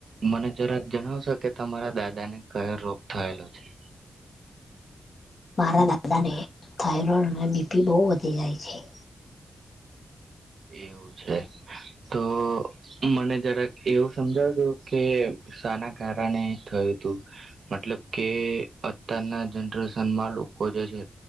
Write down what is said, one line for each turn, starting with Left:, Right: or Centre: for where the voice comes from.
Right: મને જરાક જણાવશો કે, તમારા દાદા ને કયો રોગ થયેલો છે?
Left: મારા દાદાને થાઇરોઇડ અને બીપી બો વધી જાય છે.
Right: એવું છે. તો મને જરાક એવું સમજાવતો કે, શાના કારણે થયું હતું. મતલબ કે, અત્યારના જનરેશનમાં લોકો જે છે,